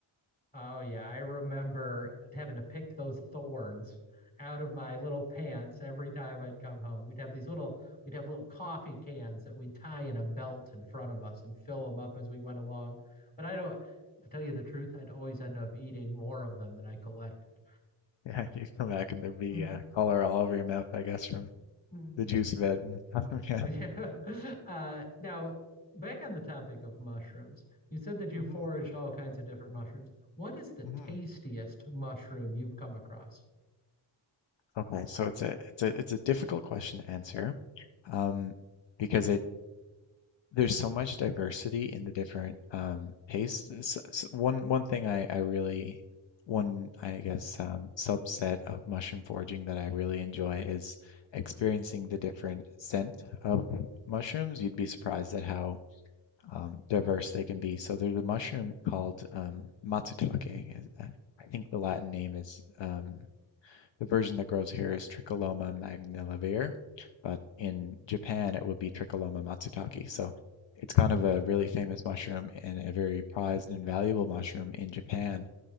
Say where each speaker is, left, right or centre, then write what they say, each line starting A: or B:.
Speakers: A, on the left (about 20°); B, on the left (about 65°).
A: Oh yeah, I remember having to pick those thorns out of my little pants every time I'd come home. We'd have these little we'd have little coffee cans that we'd tie in a belt in front of us and fill them up as we went along. But I don't, to tell you the truth, I'd always end up eating more of them than I collected.
B: Yeah, you come back and there'd be
A: Mhm.
B: uh, color all over your mouth, I guess, from
A: <laughs>
B: the juice of it. and- <laughs> Yeah.
A: Yeah. Uh, now, back on the topic of mushrooms, you said that you
B: Mhm,
A: foraged all kinds of different mushrooms. What is the
B: mhm.
A: tastiest mushroom you've come across?
B: Okay, so it's a it's a it's a difficult question to answer, um, because it there's so much diversity in the different um, tastes. S- s- one one thing I, I really one I guess um, subset of mushroom foraging that I really enjoy is experiencing the different scent of mushrooms. You'd be surprised at how um, diverse they can be. So there's a mushroom called um, matsutake. is- uh, I think the Latin name is um, the version that grows here is Tricholoma magnivelare, but in Japan it would be Tricholoma matsutake. So it's kind of a really famous mushroom and a very prized and valuable mushroom in Japan.